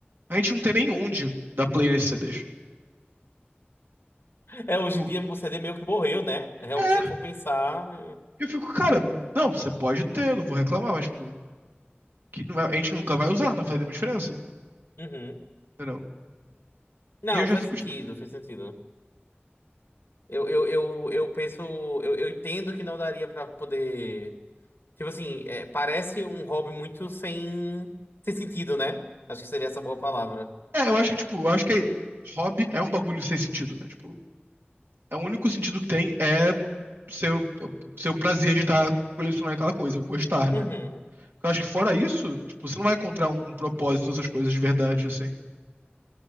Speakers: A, on the right; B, on the left.
A: a gente não tem nem onde dar play nesses CDs.
B: É, hoje
A: Tipo,
B: em dia o CD meio que morreu, né? Realmente,
A: É.
B: se a gente for pensar. é.
A: Eu fico, cara, não, você pode ter, eu não vou reclamar, mas, tipo, que não é- a gente nunca vai usar, não faz nenhuma diferença,
B: Uhum.
A: entendeu?
B: Não,
A: E eu já
B: faz
A: fico,
B: sentido,
A: tipo,
B: faz sentido. Eu, eu, eu, eu penso. Eu, eu entendo que não daria pra poder. Tipo assim, é, parece um hobby muito sem, sem sentido, né? Acho que seria essa boa palavra.
A: é, eu acho que, tipo, eu acho que aí, hobby é um bagulho sem sentido, né? Tipo, é o único sentido que tem é seu, seu prazer de estar colecionando aquela coisa, o gostar, né?
B: Uhum.
A: Eu acho que fora isso, tipo, você não vai encontrar um propósito nessas coisas de verdade, assim.